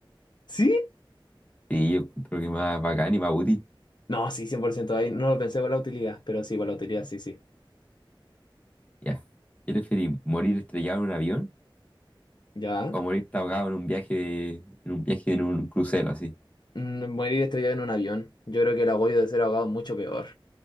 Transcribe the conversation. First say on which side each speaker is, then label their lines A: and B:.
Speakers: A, on the left; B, on the left.
A: ¿Sí?
B: Sí, yo creo que más bacán y más útil.
A: No, sí, cien por ciento Ahí no lo pensé por la utilidad, pero sí, por la utilidad, sí, sí.
B: Ya. ¿Qué preferís? ¿Morir estrellado en un avión
A: Ya.
B: o morir ahogado en un viaje, en un viaje en un crucero así?
A: Mm, morir estrellado en un avión. Yo creo que el agobio de ser ahogado es mucho peor.